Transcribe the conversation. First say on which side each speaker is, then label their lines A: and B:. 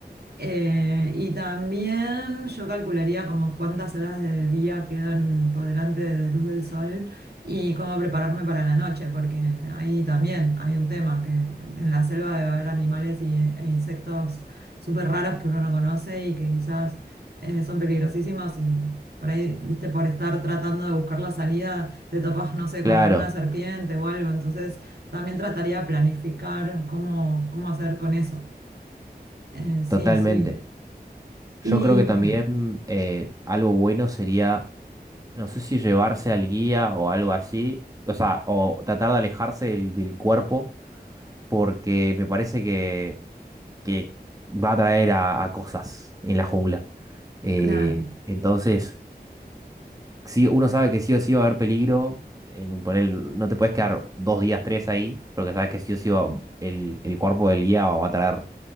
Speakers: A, on the right (about 75°); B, on the right (about 20°).
A: Eh, y también yo calcularía como cuántas horas de día quedan por delante de luz del sol y cómo prepararme para la noche, porque ahí también hay un tema, que en la selva debe haber animales y, e insectos súper raros que uno no conoce y que quizás eh, son peligrosísimos y por ahí, viste, por estar tratando de buscar la salida, te topas, no sé, con
B: Claro,
A: alguna serpiente o algo, entonces también trataría de planificar cómo, cómo hacer con eso. Eh, sí,
B: totalmente.
A: sí. Y
B: Yo creo que también eh, algo bueno sería no sé si llevarse al guía o algo así, o sea, o tratar de alejarse del, del cuerpo, porque me parece que, que va a traer a, a cosas en la jungla. Eh,
A: claro,
B: entonces, sí, uno sabe que sí o sí va a haber peligro, en un panel no te puedes quedar dos días, tres ahí, porque sabes que sí o sí va- el, el cuerpo del guía va a traer